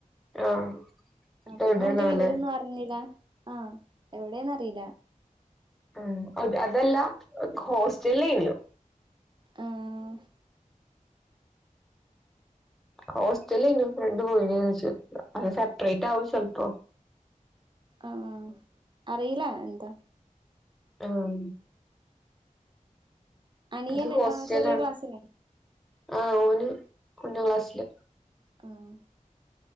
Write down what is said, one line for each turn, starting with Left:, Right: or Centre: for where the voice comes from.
Centre: ആഹ്
Right: ആ പിന്നെ
Centre: എവിടെയാണാവല്ലേ
Right: ഓന്റെ വിവരോന്നും അറിഞീല ആഹ എവിടെന്ന അറീല
Centre: ഉം അതല്ല ഹോസ്റ്റെലേനോ
Right: ഉം
Centre: ഹോസ്റ്റലേനു ഫ്രണ്ട് പോയിന്ന <unintelligible> അത് സെപ്പറേറ്റ് ആവും ചെൽപ്പോ
Right: ആഹ... അറിയില്ല എന്താ
Centre: ഉം
Right: അനിയൻ
Centre: ഇത് ഹോസ്റ്റലാണ്
Right: അ ചെറിയ ക്ലാസ്സിലാണ്
Centre: ആഹ് ഓന് ഒന്നാം ക്ലാസ്സില
Right: ഉം